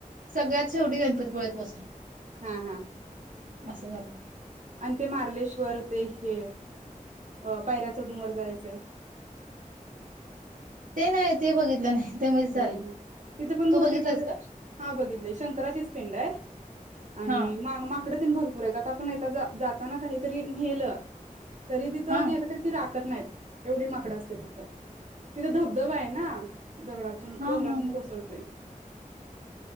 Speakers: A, on the right; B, on the right.
A: सगळ्यात शेवटी गणपतीपुळ्यात बसलो
B: हा हा
A: असं झालं
B: आणि ते मार्लेश्वर ते हे अ पायऱ्या चढून जायचंय
A: ते नाही ते बघितलं नाही ते मधीच
B: हा
A: आलं.
B: हा तिथे पण बहते
A: तू बघितलास
B: ब
A: का?
B: हा बघितले शंकराचीच पिंड आहे आणि
A: हा
B: माकड भरपूर आहेतण जाताना काहीतरी नेलं तरी तिथं
A: हा
B: गेलं तरी ती रा टाकत नाहीत एवढी माकडं असते तिथं तिथं धबधबा आहे ना दगडातून
A: हा
B: डोंगरातून
A: हा हा
B: कोसळतोय